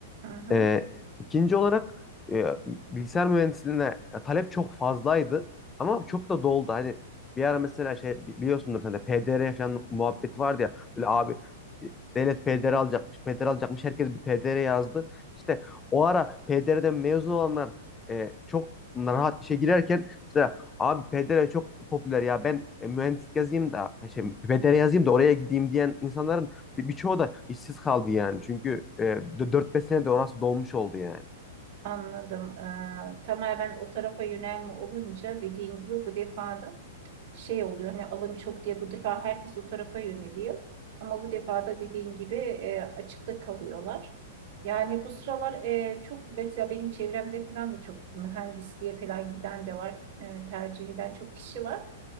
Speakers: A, on the right; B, on the left.
A: Hı hı,
B: Ee, ikinci olarak e, bilgisayar mühendisliğine talep çok fazlaydı ama çok da doldu. Hani bir ara mesela şey bi- biliyorsundur sen de PDR falan muhabbeti vardı ya böyle abi e, devlet PDR alacakmış, PDR alacakmış herkes bir PDR yazdı. İşte o ara PDR'den mezun olanlar e, çok rahat işe girerken mesela abi PDR çok popüler ya ben e, mühendislik yazayım da şey PDR yazayım da oraya gideyim diyen insanların bir, birçoğu da işsiz kaldı yani. Çünkü e, 4-5 senede orası dolmuş oldu yani.
A: anladım. E, tamamen o tarafa yönelme olunca dediğin gibi bu defada şey oluyor hani alım çok diye bu defa herkes o tarafa yöneliyor. Ama bu defa da dediğin gibi e, açıkta kalıyorlar. Yani bu sıralar e, çok mesela benim çevremde falan da çok mühendisliğe falan giden de var. E, tercih eden çok kişi var.